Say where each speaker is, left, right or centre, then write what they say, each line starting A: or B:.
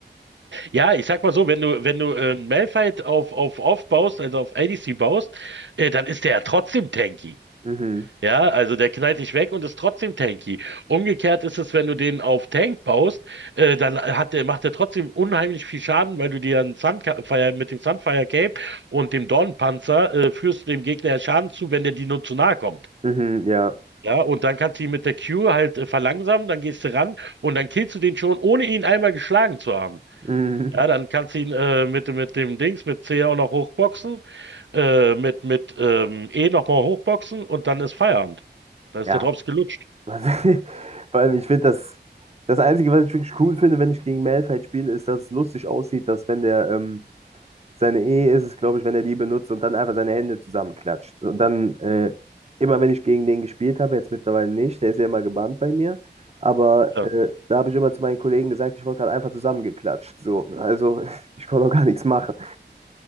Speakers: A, on the right; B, on the right.
A: Ja, ich sag mal so, wenn du, wenn du äh, Malphite auf, auf Off baust, also auf ADC baust, äh, dann ist der ja trotzdem tanky.
B: <laughs> mhm,
A: Ja, also der knallt dich weg und ist trotzdem tanky. Umgekehrt ist es, wenn du den auf Tank baust, äh, dann hat der, macht er trotzdem unheimlich viel Schaden, weil du dir einen Sunfire, mit dem Sunfire Cape und dem Dornenpanzer äh, führst du dem Gegner ja Schaden zu, wenn der dir nur zu nahe kommt.
B: mhm, ja.
A: Ja, und dann kannst du ihn mit der Q halt äh, verlangsamen, dann gehst du ran und dann killst du den schon, ohne ihn einmal geschlagen zu haben.
B: Mhm,
A: Ja, dann kannst du ihn äh, mit, mit dem Dings, mit C auch noch hochboxen, äh, mit, mit ähm, E nochmal hochboxen und dann ist Feierabend. Da ist
B: ja.
A: der Drops gelutscht.
B: Also, <laughs> vor allem, ich finde das. Das Einzige, was ich wirklich cool finde, wenn ich gegen Malphite spiele, ist, dass es lustig aussieht, dass wenn der, ähm, Seine Ehe ist es, glaube ich, wenn er die benutzt und dann einfach seine Hände zusammenklatscht. Und dann, äh, immer wenn ich gegen den gespielt habe, jetzt mittlerweile nicht, der ist ja immer gebannt bei mir, aber
A: Ja.
B: äh, da habe ich immer zu meinen Kollegen gesagt, ich wurde gerade einfach zusammengeklatscht. So, also <laughs> ich konnte auch gar nichts machen.